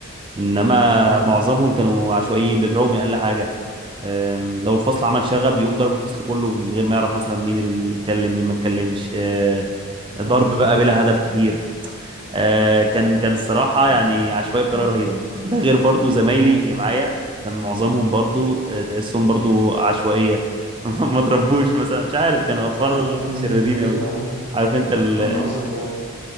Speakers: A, on the right; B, on the right.
A: انما
B: أيوة فاهم
A: معظمهم كانوا عشوائيين بيضربوا من اقل حاجه آم، لو الفصل عمل شغب يقوم ضرب الفصل كله من غير ما يعرف مثلا مين اللي اتكلم مين ما اتكلمش آه، ضرب
B: أيوة فاهم
A: بقى بلا هدف كتير آه، كان كان الصراحة يعني عشوائي بطريقة رهيبة ده غير برضو زمايلي
B: أيوة
A: اللي معايا كان معظمهم برضو آه، تحسهم برضو عشوائية <laughs> ما تربوش مثلا مش عارف كانوا أطفال
B: أيوة فاهم
A: متشردين
B: غريبة
A: أوي
B: عبد
A: عارف انت ال...
B: من أزهر يعني